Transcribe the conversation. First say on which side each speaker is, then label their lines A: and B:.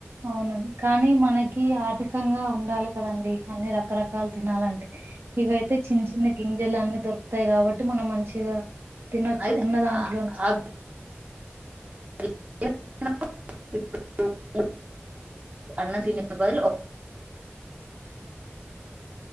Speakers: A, on the right (about 60°); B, on the right (about 35°).
A: అవునండి కానీ మనకి ఆర్థికంగా ఉండాలి కదండి అన్ని రకరక కాలు తినాలంటే ఇవయితే చిన్న చిన్న గింజలు అన్నీ దొరుకు తాయి కాబట్టి మనం మంచిగా తినొచ్చు
B: అది
A: ఉన్న దాంట్లో
B: ఆ- ఆ <unintelligible> అన్నం తినే బదులు